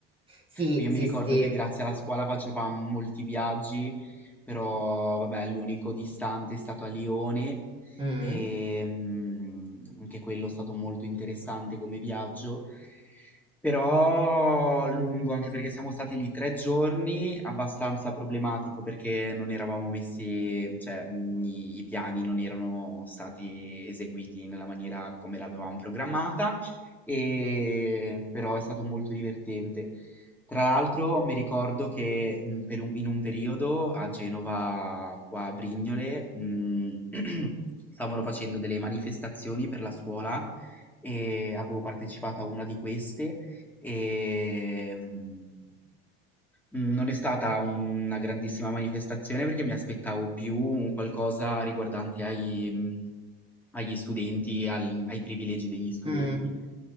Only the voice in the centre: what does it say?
Io
mi ricordo
che grazie alla scuola facevamo molti viaggi, però vabbè, l'unico distante è stato a Lione
e mm, anche quello è stato molto interessante come viaggio. Però lungo, anche perché siamo stati lì tre giorni, abbastanza problematico perché non eravamo messi, cioè mh, i, i piani non erano stati eseguiti nella maniera come l'avevamo programmata, e, però è stato molto divertente. Tra l'altro mi ricordo che mh, per un- in un periodo a Genova, qua a Brignole, mh, <clears throat> stavano facendo delle manifestazioni per la scuola e avevo partecipato a una di queste e mh, non è stata una grandissima manifestazione perché mi aspettavo più un qualcosa riguardante ai, mh, agli studenti, al- ai privilegi degli studenti,